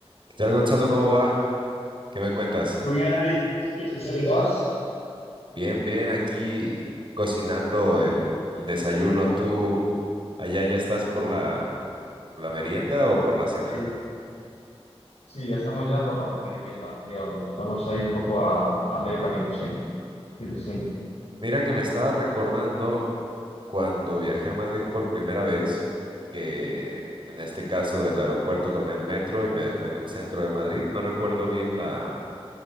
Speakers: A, on the right (about 50°); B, on the left (about 85°).
A: ¿Qué tal, Gonzalo? ¿Cómo va? ¿Qué me cuentas?
B: Muy bien, Eric. Sí, ¿Vas?
A: Bien, bien, aquí cocinando el, el desayuno. ¿Tú allá ya estás por la, por la merienda o por la cena?
B: Sí, sí, ya estamos ya por la merienda, digamos. Estamos ahí un poco a, a medio camino, sí. Sí, sí.
A: Mira que me estaba recordando cuando viajé a Madrid por primera vez, que en este caso del aeropuerto tomé el metro y me dejó en el centro de Madrid. No recuerdo bien la,